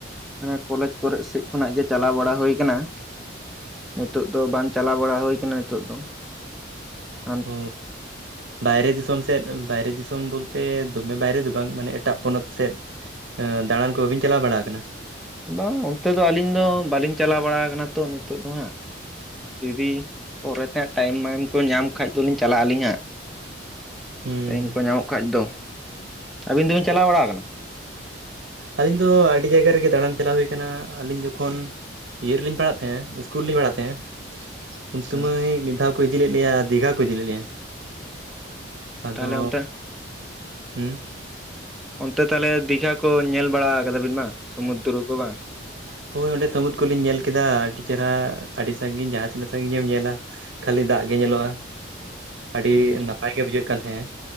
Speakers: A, in the centre; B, on the right.
A: ᱦᱚᱸ ᱠᱚᱞᱮᱡᱽ ᱠᱚᱨᱮᱜ ᱥᱮᱫ ᱠᱷᱚᱱᱟᱜ ᱜᱮ ᱪᱟᱞᱟᱣ ᱵᱟᱲᱟ ᱦᱩᱭᱩ ᱟᱠᱟᱱᱟ ᱾ ᱱᱤᱛᱚᱜ ᱫᱚ ᱵᱟᱝ ᱪᱟᱞᱟᱣ ᱵᱟᱲᱟ ᱦᱩᱭ ᱟᱠᱟᱱᱟ ᱱᱤᱛᱚᱜ ᱫᱚ ᱾ <inaudible>
B: <unintelligible> ᱵᱟᱭᱨᱮ ᱫᱤᱥᱚᱢ ᱥᱮᱫ ᱵᱟᱭᱨᱮ ᱫᱤᱥᱚᱢ ᱵᱚᱞᱛᱮ ᱫᱚᱢᱮ ᱵᱟᱭᱨᱮ ᱫᱚ ᱵᱟᱝ ᱢᱟᱱᱮ ᱮᱴᱟᱜ ᱯᱚᱱᱚᱛ ᱥᱮᱫ ᱫᱟᱬᱟᱱ ᱠᱚ ᱵᱟᱹᱵᱤᱱ ᱪᱟᱞᱟᱣ ᱵᱟᱲᱟ ᱟᱠᱟᱱᱟ?
A: ᱵᱟᱝ ᱚᱱᱛᱮ ᱫᱚ ᱟᱹᱞᱤᱧ ᱫᱚ ᱵᱟᱹᱞᱤᱧ ᱪᱟᱞᱟᱣ ᱵᱟᱲᱟ ᱟᱠᱟᱱᱟ ᱛᱚ ᱱᱤᱛᱳᱜ ᱫᱚ ᱦᱟᱸᱜ ᱾ ᱡᱩᱫᱤ ᱯᱚᱨᱮ ᱛᱮ ᱦᱟᱸᱜ ᱴᱟᱭᱤᱢ ᱢᱟᱭᱤᱢ ᱠᱚ ᱧᱟᱢ ᱠᱷᱟᱡ ᱫᱚᱞᱤᱧ ᱪᱟᱞᱟᱜ ᱟᱹᱞᱤᱧ ᱦᱟᱸᱜ ᱾
B: ᱦᱩᱸ
A: ᱴᱟᱭᱤᱢ ᱠᱚ ᱧᱟᱢᱚ-ᱜ ᱠᱷᱟᱹᱭ ᱫᱚ ᱾ᱟᱹᱵᱤᱱ ᱫᱚᱵᱤᱱ ᱪᱟᱞᱟ-ᱣ ᱵᱟᱲᱟ ᱟᱠᱟᱱᱟ?
B: ᱟᱹᱞᱤᱧ ᱫᱚ, ᱟᱹᱰᱤ ᱡᱟᱭᱜᱟ ᱨᱮᱜᱮ ᱫᱟᱬᱟᱱ ᱪᱟᱞᱟ-ᱣ ᱦᱩᱭ ᱟᱠᱟᱱᱟ᱾ ᱟᱹᱞᱤᱧ ᱡᱚᱠᱷᱚᱱ ᱤᱭᱟᱨ ᱨᱮᱞᱤᱧ ᱯᱟᱲᱟ-ᱜ ᱛᱟᱦᱮᱸ ᱱᱟ᱾ ᱤᱥᱩᱞ ᱨᱮᱞᱤᱧ ᱯᱟᱲᱟ-ᱜ ᱛᱟᱦᱮᱸᱫ ᱟ᱾ ᱩᱱ ᱥᱚᱢᱚᱭ
A: ᱦᱮᱸ
B: ᱢᱤᱫ ᱫᱷᱽᱟᱣ ᱠᱚ, ᱤᱫᱤ ᱞᱮᱫ ᱞᱮᱭᱟ᱾ ᱫᱤᱜᱷᱽᱟ ᱠᱚ ᱤᱫᱤ ᱞᱮᱫ ᱞᱮᱭᱟ᱾ ᱟᱫᱚ,
A: ᱛᱟᱦᱚᱞᱮ ᱚᱱᱛᱮ
B: ᱦᱮᱸ
A: ᱚᱱᱛᱮ ᱛᱟᱦᱚᱞᱮ, ᱫᱤᱜᱷᱽᱟ ᱠᱚ ᱧᱮᱞ ᱵᱟᱲᱟ ᱟᱠᱟᱫᱟ ᱵᱤᱱ ᱵᱟᱝ᱾ ᱥᱩᱚᱢᱩᱫᱽᱨᱚ ᱠᱚ ᱵᱟᱝ?
B: ᱦᱳᱭ, ᱚᱸᱰᱮ ᱥᱟᱹᱢᱩᱫᱽᱨᱚ ᱠᱚᱞᱤᱧ ᱧᱮᱞ ᱠᱮᱫᱟ ᱾ᱟᱹᱰᱤ ᱪᱮᱨᱦᱨᱟ᱾ ᱟᱹᱰᱤ ᱥᱟᱹᱜᱤᱧ ᱡᱟᱦᱟᱸ ᱛᱤᱱᱟᱹᱜ ᱥᱟᱺᱜᱤᱧ ᱜᱮᱢ ᱧᱮᱞᱟ᱾ ᱠᱷᱟᱹᱞᱤ ᱫᱟᱜ ᱜᱮ ᱧᱮᱞᱚᱜᱼᱟ᱾ ᱟᱹᱰᱤ
A: ᱦᱩᱸ
B: ᱱᱟᱯᱟᱭ ᱜᱮ, ᱵᱩᱡᱷᱟᱹᱜ ᱠᱟᱱ ᱛᱟᱦᱮᱸᱼᱟ᱾